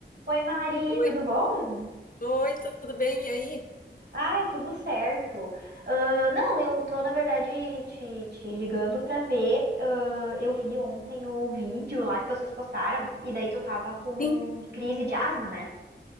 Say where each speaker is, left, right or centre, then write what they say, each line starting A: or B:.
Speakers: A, on the right; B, on the left.
A: Oi, Mari,
B: Oi,
A: tudo bom?
B: oi, tudo bem? E aí?
A: Ai, tudo certo. Ah, não, eu tô, na verdade, te, te ligando pra ver. ah, eu vi ontem o vídeo lá que vocês postaram, e daí tu tava com
B: Sim.
A: crise de asma, né?